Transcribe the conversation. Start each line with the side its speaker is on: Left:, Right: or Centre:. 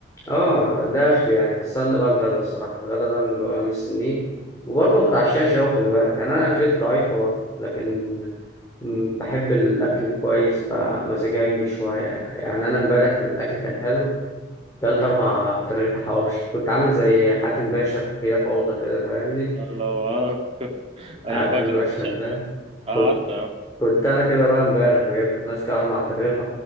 Left: اه ده اخر يعني بستنى بقى الغدا الصراحه الغدا ده اللي ببقى مستنيه وبرضه ما بتعشاش قوي خلي بالك يعني انا اكلتي ضعيفه برضه لكن م- بحب الاكل الكويس بقى مزاجنجي شويه يعني انا امبارح الاكل كان حلو كلت اربع ترغيفه حواوشي كنت عامل زي حاتم باشا في هي فوضى كده فاهمني
Right: اللي هو اه <laughs> ايوه
Left: عارف
Right: فاكرك
Left: المشهد
Right: مش
Left: ده
Right: عارف. اه
Left: كنت
Right: عارفه
Left: كنت انا كده بقى امبارح بجد ماسك اربع ترغيفه